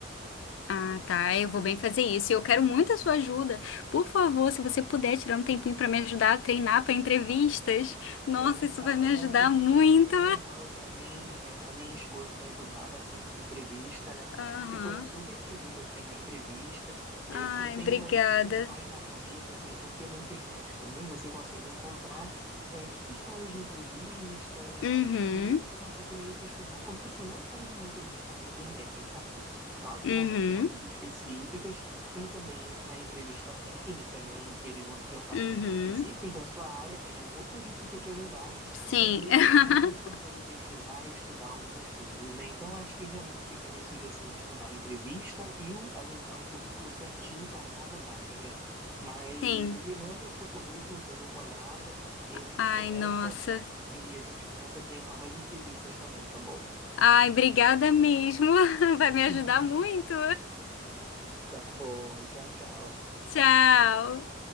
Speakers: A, on the left; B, in the centre.
A: Ah, tá, eu vou bem fazer isso. E eu quero muito a sua ajuda. Por favor, se você puder tirar um tempinho para me ajudar a treinar para entrevistas.
B: Bom,
A: Nossa,
B: nem
A: isso
B: fala,
A: vai me
B: mas
A: ajudar
B: assim,
A: muito.
B: foi fundamental pra mim. é, a minha esposa me ajudava a treinar a entrevista, né?
A: Aham.
B: E pô, eu super te ajudo a treinar a entrevista. Aí
A: Ai,
B: eu, eu tenho
A: obrigada.
B: umas questões na cabeça, assim, porque na internet também você consegue encontrar é, as questões de entrevista,
A: Uhum,
B: e aí você consegue meio que estudar, porque assim, não foge muito do que tá na internet, sabe? Claro que
A: uhum,
B: vão ter perguntas específicas, tem também a entrevista técnica, né, em que eles vão te perguntar
A: uhum.
B: assuntos específicos da sua área, aí é um pouco mais difícil te ajudar,
A: Sim.
B: mas mesmo
A: <laughs>
B: assim a gente consegue pesquisar e estudar algumas coisas, né? Então acho que realmente fica nisso de assim estudar a entrevista e o, ajeitar o currículo certinho para cada vaga, né? Mas
A: Sim.
B: me manda o seu currículo que eu dou uma olhada e a gente
A: Ai,
B: começa
A: nossa.
B: e a gente começa a treinar mais entrevistas também, tá bom?
A: Ai, obrigada mesmo. <laughs> Vai me
B: <laughs>
A: ajudar muito.
B: Tá bom, tchau, tchau.
A: Tchau.